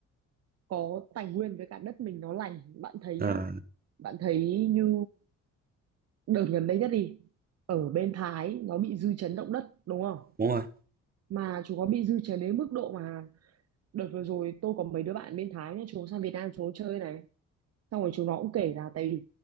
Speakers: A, on the right; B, on the right.
A: có tài nguyên với cả đất mình nó lành bạn thấy
B: Ờ,
A: nhá. bạn thấy như đợt gần đây nhất đi ở bên Thái nó bị dư chấn động đất đúng không
B: đúng rồi
A: mà chúng nó bị dư chấn đến mức độ mà đợt vừa rồi tôi có mấy đứa bạn bên Thái nhá chúng nó sang Việt Nam chúng nó chơi này xong rồi chúng nó cũng kể là tại vì